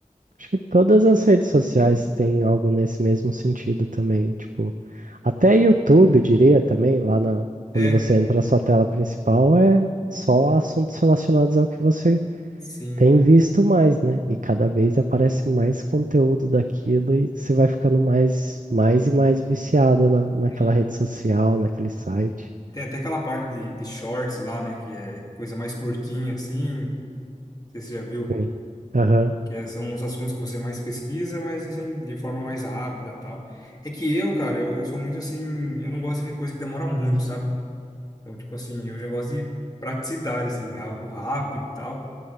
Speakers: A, on the right (about 80°); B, on the left (about 30°).
A: Acho que todas as redes sociais têm algo nesse mesmo sentido também. Tipo, até YouTube, diria também, lá na, quando
B: É,
A: você entra na sua tela principal, é só assuntos relacionados ao que você
B: sim,
A: tem visto mais, né? E cada vez aparece mais conteúdo daquilo e você vai ficando mais, mais e mais viciado na, naquela
B: sim.
A: rede social, naquele site.
B: Tem até aquela parte de, de shorts lá, né? Que é coisa mais curtinha, assim. Não sei se você já viu.
A: Sim. Aham.
B: Que é- são os assuntos que você mais pesquisa, mas assim, de forma mais rápida e tal. É que eu, cara, eu, eu sou muito assim. Eu não gosto de ver coisa que demora muito, sabe? Então, tipo assim, eu já gosto de praticidade, assim, algo rápido e tal.